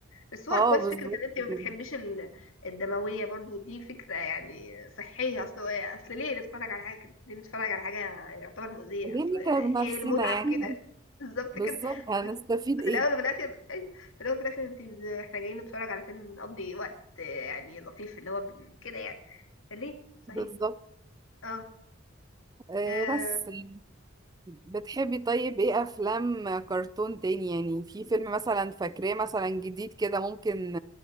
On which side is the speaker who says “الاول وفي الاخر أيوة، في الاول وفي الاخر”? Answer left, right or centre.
Left